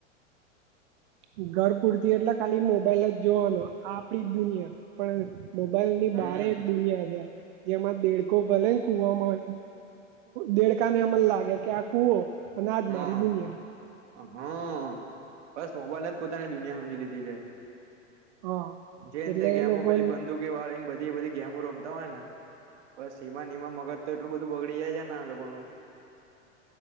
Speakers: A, on the right; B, on the right.
A: <inaudible>
B: ઘર પૂરતી એટલે ખાલી મોબાઈલ જ જોવાનો આ આપડી દુનિયા પણ મોબાઈલ ની
A: હમ
B: બારે એક દુનિયા છે. જેમાં દેડકો ભલેને કુવામાં દેડકાને અમને લાગે કે આ કુવો અનાજ
A: હા
B: મારી દુનિયા
A: હા બસ મોબાઈલ જ પોતાની દુનિયા સમજી લીધી છે.
B: હા
A: જેને
B: એટલે
A: તે ગેમો
B: એ લોકો
A: પેલી બંદૂકી વાળીને બધી બધી ગેમો રમતા હોય, ને બસ સીમા નિનીમા મગજ તો એટલું બધું બગડી જાય છેને, આ લોકો નનુ